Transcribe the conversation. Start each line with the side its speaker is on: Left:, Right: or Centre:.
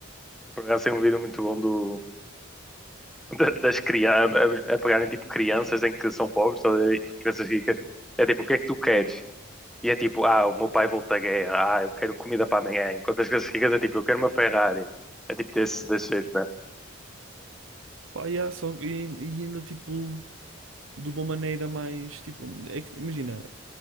Centre: Por acaso tem um vídeo muito bom do, <laughs> da- das crianças, a, a pegarem, tipo, crianças em que são pobres, estás a ver? Tipo, Crianças ricas. É tipo, o que é que tu queres? E é tipo, ah, o meu pai volta da guerra, ah, eu quero comida para amanhã. Enquanto as crianças ricas é tipo, eu quero uma Ferrari. É tipo desse, desse jeito, né?
Right: Pá, e só, e, e ainda tipo, de uma maneira mais, tipo, é que, imagina.